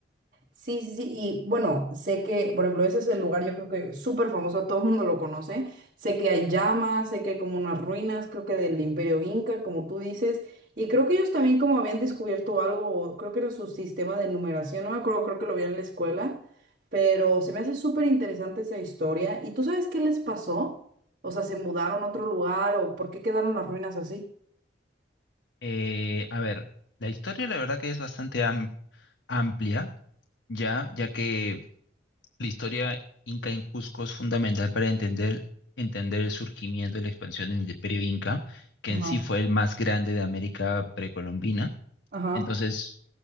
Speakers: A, on the right (about 50°); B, on the left (about 80°).
A: Sí, sí, sí, y bueno, sé que, por ejemplo, ese es el lugar, yo creo que súper famoso, todo el mundo lo conoce, sé que hay llamas, sé que hay como unas ruinas, creo que del Imperio Inca, como tú dices, y creo que ellos también como habían descubierto algo, o creo que era su sistema de numeración, no me acuerdo, creo que lo vi en la escuela, pero se me hace súper interesante esa historia, ¿y tú sabes qué les pasó? O sea, ¿se mudaron a otro lugar o por qué quedaron las ruinas así?
B: Eh, a ver, la historia la verdad que es bastante am- amplia, ya, ya que La historia inca en Cusco es fundamental para entender, entender el surgimiento y la expansión del imperio inca, que
A: Ajá,
B: en sí fue el más grande de América precolombina.
A: ajá.
B: Entonces,